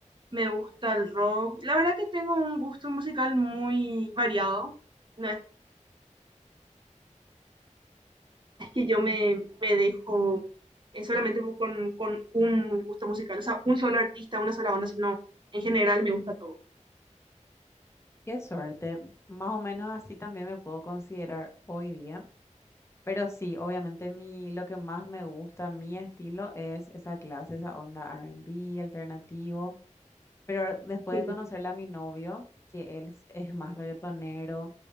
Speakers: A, on the right; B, on the left.
A: me gusta el rock. La verdad que tengo un gusto musical muy variado. No es que yo me, me dejo eh, solamente con, con un gusto musical, o sea, un solo artista, una sola banda, sino en general me gusta todo.
B: Qué suerte. Más o menos así también me puedo considerar hoy día. Pero sí, obviamente mi, lo que más me gusta, mi estilo, es esa clase, esa onda R&B alternativo. Pero después
A: Sí,
B: de
A: sí,
B: conocerle
A: sí.
B: a mi novio, que él es, es más reggaetonero,